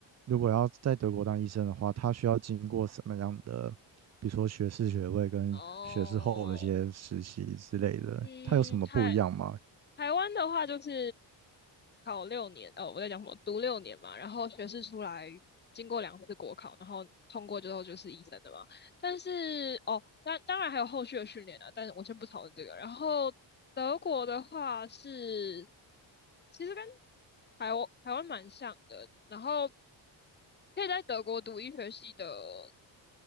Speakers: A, on the right; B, on the left.
A: 如果要在德国当医生的话，他需要经过什么样的，比如说学士学位跟学士后的一些实习之类的，
B: 哦，嗯，
A: 他有什么不一样吗？
B: 太台湾的话就是考六年，哦，我在讲什么？读六年嘛，然后学士出来，经过两次国考，然后通过之后就是医生的嘛。但是哦，当当然还有后续的训练啊，但是我先不讨论这个。然后德国的话是，其实跟台湾台湾蛮像的，然后可以在德国读医学系的